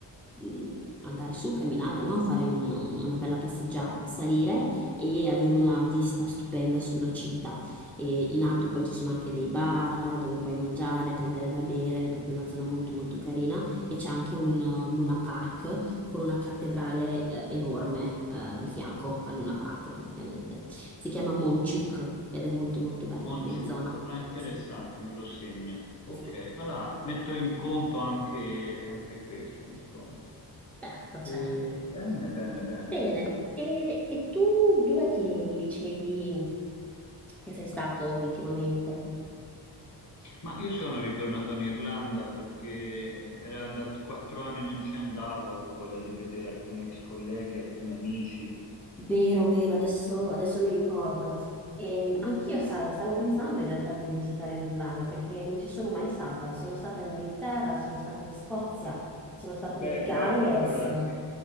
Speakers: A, in the centre; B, on the left.
A: mh, mh, andare su, camminare, no? Fare una, una bella passeggiata, salire e avere una vista stupenda sulla città. E in alto poi ci sono anche dei bar dove puoi mangiare, prendere da bere, è proprio una zona molto molto carina e c'è anche un eh, Luna Park con una cattedrale eh, enorme eh, di fianco al Luna Park praticamente. Si chiama Monchuk ed è molto molto bella
B: Monciuc,
A: come zona.
B: ah interessante,
A: Sì.
B: me lo segno. Ok,
A: Sì,
B: allora metto in conto anche, anche questo, insomma.
A: certo,
B: E
A: certo.
B: bene, bene, bene,
A: Bene,
B: insomma.
A: e, e tu dov'è che mi dicevi che sei stato ultimamente?
B: Ma io sono ritornato in Irlanda perché era da quattro anni non ci andavo, avevo voglia di vedere alcuni ex colleghi, alcuni amici.
A: Vero, vero,
B: ehm,
A: adesso, adesso mi ricordo. Ehm, anch'io, sai, stavo pensando in realtà di visitare l'Irlanda perché non ci sono mai stata. Sono stata in Inghilterra, sono stata in Scozia, sono stata
B: Beh,
A: nel Galles.
B: guarda, allora, anzi-